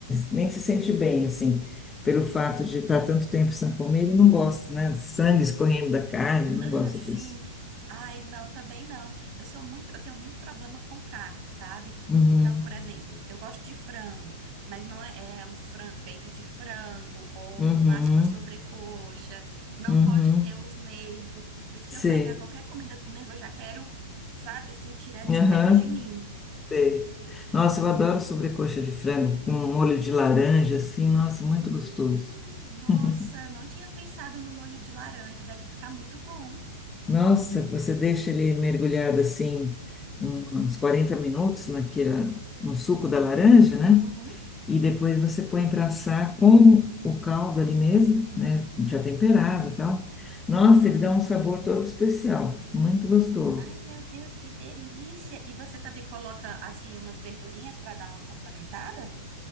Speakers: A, on the left (about 15°); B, on the right (about 45°).
A: nem se sente bem, assim, pelo fato de estar tanto tempo sem comer, ele não gosta, né? Sangue escorrendo da carne, não
B: Ah,
A: gosta
B: sim.
A: disso.
B: Ai, não, também não. Eu sou muito, eu tenho muito problema com carne, sabe?
A: Uhum,
B: Então, por exemplo, eu gosto de frango, mas não é, é um frango, peito de frango ou
A: uhum,
B: no máximo a sobrecoxa. Não
A: uhum,
B: pode ter os nervos, porque se
A: sei.
B: eu pegar qualquer comida com nervo, eu já quero, sabe, assim, tirar de
A: Aham.
B: perto de mim.
A: Sei. Nossa, eu adoro sobrecoxa de frango com molho de laranja, assim, nossa, muito
B: Hum,
A: gostoso.
B: nossa,
A: <laughs>
B: não tinha pensado no molho de laranja, deve ficar muito bom.
A: Nossa, você deixa ele mergulhado assim um- uns 40 minutos naquela, no suco da laranja, né?
B: Uhum.
A: E depois você põe para assar com o caldo ali mesmo, né? Já temperado e tal. Nossa, ele dá um sabor todo especial, muito gostoso.
B: Ai, meu Deus, que delícia! E você também coloca, assim, umas verdurinhas para dar uma complementada?